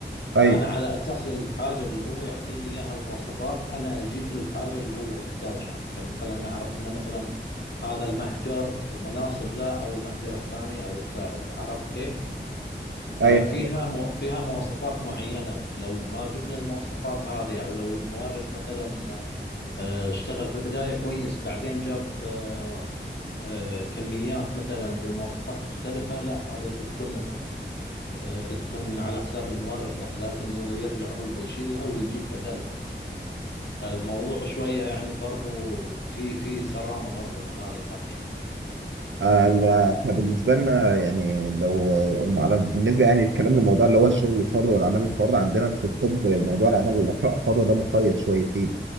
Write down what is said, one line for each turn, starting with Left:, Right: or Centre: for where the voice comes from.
Left: فأنا
Right: ايوه
Left: على أساس الحاجة اللي هو يعطيني إياها المواصفات أنا أجيب له الحاجة اللي هو يحتاجها يعني مثلا أنا أعرف أنه مثلا هذا المحجر مناسب له أو المحجر الثاني أو الثالث عرفت كيف؟ ففيها
Right: ايوه
Left: مو... فيها مواصفات معينة ولو ما جبنا المواصفات هذه أو لو المورد مثلا آه، اشتغل في البداية كويس بعدين جاب آه، آه، كميات مثلا بمواصفات مختلفة لا هذا بتكون آه، بتكون على حساب المورد يعني لازم يرجع هو يشيلها ويجيب بدلها فالموضوع شوية يعني برضو في في صرامة برضو من هذه الناحية
Right: آه، لا، احنا بالنسبه لنا يعني لو المعلم- بالنسبه يعني الكلام للموضوع اللي هو الشغل الحر والعمل الحر عندنا في الطب موضوع العمل الحر الحر ده مقيد شويتين